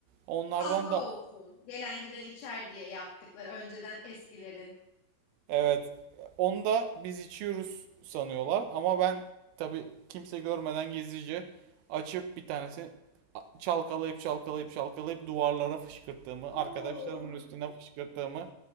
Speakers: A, on the right (about 90°); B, on the left (about 85°).
A: Onlardan
B: Fazla
A: da
B: olsun. Gelen giden içer diye yaptıkları önceden eskilerin.
A: evet. Onu da biz içiyoruz sanıyorlar ama ben tabii kimse görmeden gizlice açıp bir tanesini a- çalkalayıp çalkalayıp çalkalayıp duvarlara fışkırttığımı,
B: Oo.
A: arkadaşlarımın
B: <laughs>
A: üstüne fışkırttığımı